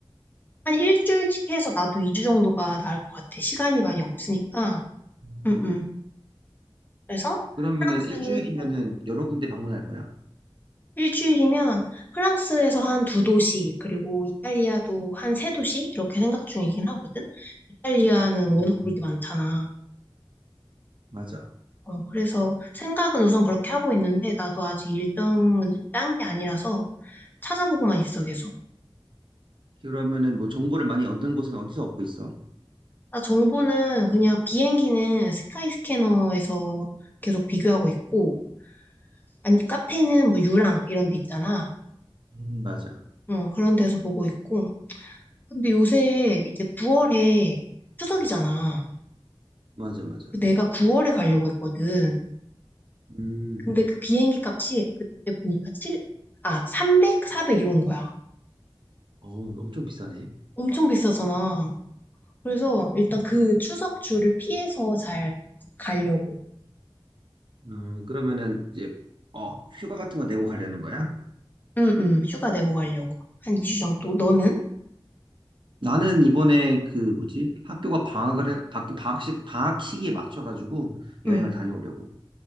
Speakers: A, on the left (about 20°); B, on the right (about 60°).
A: 한 일주일씩 해서 나도 2주 정도가 나을 것 같아. 시간이 많이 없으니까.
B: 음,
A: 응, 응. 그래서
B: 그러면은
A: 프랑스
B: 일주일이면은
A: 어,
B: 여러 군데 방문할 거야?
A: 일주일이면 프랑스에서 한 두 도시 그리고 이탈리아도 한 세 도시 이렇게 생각 중이긴 하거든. 이탈리아는
B: 음,
A: 워낙 볼 게 많잖아.
B: 맞아.
A: 어, 그래서 생각은 우선 그렇게 하고 있는데 나도 아직 일정은 딴 게 아니라서 찾아보고만 있어 계속.
B: 그러면은 뭐 정보를 많이 얻은 곳은 어디서 얻고 있어?
A: 나 정보는 그냥 비행기는 스카이스캐너에서 계속 비교하고 있고 아니 카페는 뭐 유랑 이런 데 있잖아.
B: 음, 맞아.
A: 어, 그런 데서 보고 있고. 근데 요새 이제 9월에 추석이잖아.
B: 맞아, 맞아.
A: 그 내가 9월에 가려고 했거든.
B: 음,
A: 근데 그 비행기 값이 그때 보니까 칠 아, 300, 400 이런 거야.
B: 어, 엄청 비싸네.
A: 엄청 비싸잖아. 그래서 일단 그 추석 주를 피해서 잘 가려고.
B: 음, 그러면은 이제 어, 휴가 같은 거 내고 가려는 거야?
A: 응, 응, 휴가 내고 가려고. 한 2주 정도. 너는?
B: 나는 이번에 그 뭐지? 학교가 방학을 해, 학- 방학식, 방학 시기에 맞춰가지고
A: 응.
B: 여행을 다녀오려고.